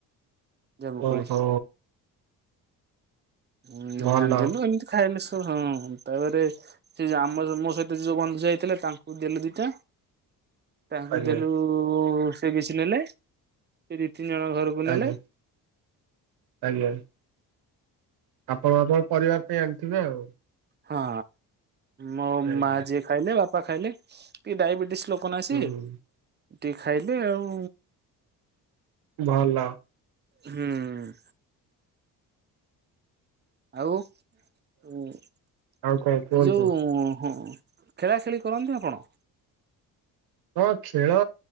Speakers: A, on the right; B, on the right.
A: ଜାମୁକୋଳି।
B: ଓହୋ
A: ଉ
B: ଭଲ
A: ଆଣିଥିଲୁ ଏମିତି ଖାଇଲେ ସ ହଁ ତାପରେ ସେ ଯୋଉ ଆମ ମୋ ସହିତ ଯୋଉ ବନ୍ଧୁ ଯାଇଥିଲେ ତାଙ୍କୁ ଦେଲେ ଦିଇଟା ତାଙ୍କୁ
B: ଆଜ୍ଞା
A: ଦେଲୁ ସେ କିଛି ନେଲେ ସେ ଦି ତିନି ଜଣ ଘରକୁ ନେଲେ
B: ଆଜ୍ଞା ଆଜ୍ଞା। ଆପଣ ଆପଣଙ୍କ ପରିବାର ପାଇଁ ଆଣିଥିବେ ଆଉ।
A: ହଁ ମୋ
B: ଆଜ୍ଞା
A: ମା ଯିଏ ଖାଇଲେ ବାପା ଖାଇଲେ ଟିକେ ଡାଇବେଟିସ ଲୋକ କ ନା ସିଏ।
B: ହୁଁ
A: ଟିକେ ଖାଇଲେ ଆଉ।
B: ଭଲ।
A: ହୁଁ। ଆଉ ଉ ଏ
B: ଆଉ କଣ କୁହନ୍ତୁ?
A: ଯୋଉ ହଁ ଖେଳା ଖେଳି କରନ୍ତି ଆପଣ?
B: ହଁ ଖେଳ